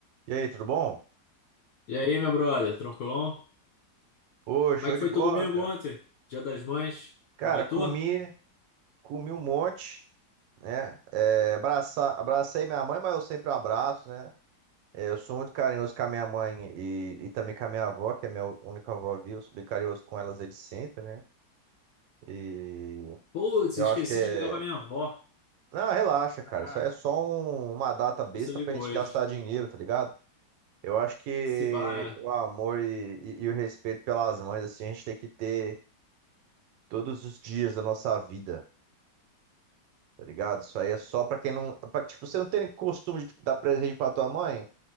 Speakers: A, on the right; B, on the left.
A: E aí, tudo bom?
B: E aí, meu brother, tranquilão?
A: Pô,
B: Como
A: show
B: é que
A: de
B: foi
A: bola,
B: teu domingo
A: cara.
B: ontem? Dia das Mães?
A: Cara,
B: Aproveitou?
A: comi, comi um monte, né? É, abraça- abracei minha mãe, mas eu sempre abraço, né? É, eu sou muito carinhoso com a minha mãe e, e também com a minha avó, que é minha única avó viva. Eu sou bem carinhoso com elas desde sempre, né? E
B: Putz,
A: eu
B: esqueci
A: acho que é.
B: de ligar pra minha avó.
A: Não, relaxa,
B: Caraca,
A: cara. Isso aí é só um- uma data besta
B: Vê se eu ligo
A: pra gente
B: hoje.
A: gastar dinheiro, tá ligado? Eu acho que
B: Se bar,
A: o
B: né?
A: amor e, e e o respeito pelas mães, assim, a gente tem que ter todos os dias da nossa vida. Tá ligado? Isso aí é só pra quem não. Pra, tipo, você não tem costume de dar presente pra tua mãe.